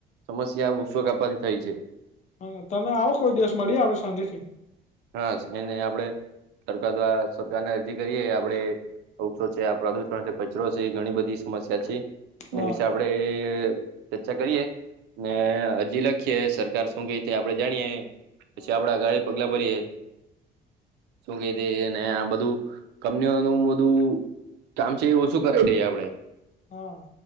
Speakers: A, on the right; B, on the left.
A: સમસ્યા વષો કાવાથી થાય છે.
B: હા તમે આવો કોઈ દિવસ મળીએ આપડે સાંજે થી.
A: હા એને આપડે સરકાર દ્વારા સરકારને અરજી કરીએ આપડે. વક્ષો છે આ પ્રદુષણ કચરો છે એ ઘણી બધી સમસ્યા છે,
B: હા
A: એ હસાબ. આપડે ચર્ચા કરીએ. ને હજી લખીએ સરકાર શું ક છે આપડે જાણીએ. પછી
B: હા
A: આપડા ગાડી પગલા ભરીએે, શું કેને આ બધું કંપનીઓનું બધું કામ છે એ ઓછું કરાવ દઈએ આપડે.
B: હા.